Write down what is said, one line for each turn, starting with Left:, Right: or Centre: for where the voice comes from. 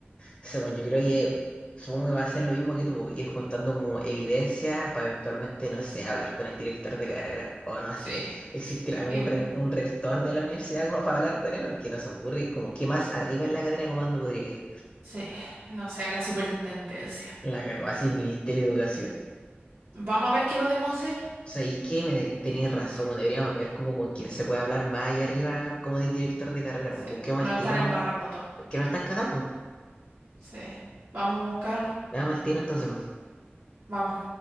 Left: Según
Right: Mm,
Left: yo creo que supongo que va a ser lo mismo que tú, ir juntando como evidencia para eventualmente, no sé, hablar con el director de carrera. O no
Right: Sí,
Left: sé, existirá como
Right: y-
Left: un, re- un rector de la universidad como para hablar con él, porque no se me ocurre como qué más arriba en la cadena de comando podría ir.
Right: sí, no sé, la superintendencia.
Left: La cagó así el Ministerio de Educación.
Right: Vamos a ver qué podemos hacer.
Left: ¿Sabéis qué? Me de- tenéis razón, weón, deberíamos ver como con quién se puede hablar más allá arriba como del director de carrera,
Right: Sí,
Left: weón. Busquemos
Right: nos
Left: al tiro,
Right: están embarrando todo.
Left: que nos están cagando.
Right: Sí. Vamos a buscar.
Left: Veamos al tiro entonces. pues.
Right: Vamos.